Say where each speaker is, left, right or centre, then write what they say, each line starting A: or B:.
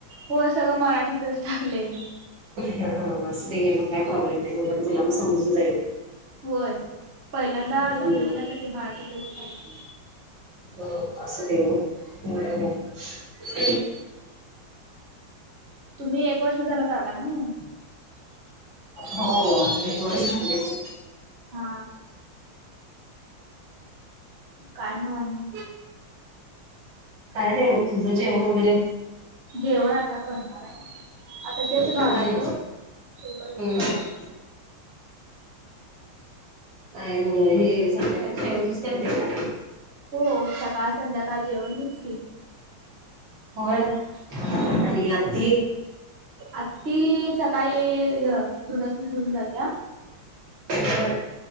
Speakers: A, on the right (about 45°); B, on the right (about 65°).
A: होय सगळं मराठीतच टाकलंय मी.
B: हा असूदे की मग काय प्रॉब्लेम नाय उलट तुला म समजून जाईल.
A: व्हय पहिल्यांदा
B: हम्म
A: समजजण्यासाठी मराठीतच टाकलय.
B: हो असुदे थोडं हम्
A: तुम्ही एक वर्ष झालं का आला नाय?
B: हो एक वर्ष झाल की.
A: हा काय म आणि?
B: काय नाय बघ. तुझं जेवण वगैरे?
A: जेवण आता करणाराय आता तेच घालालतो
B: हम्म
A: तोपर्यंत
B: हम्म
A: करूया
B: काय मग हे संध्याकाळच जेवण तूच करते का?
A: हो सकाळ संध्याकाळ जेवण मीच की.
B: होय आणि
A: हा.
B: आत्ती?
A: आत्ती सकाळी ह्य धुन धून जातीया.
B: बर.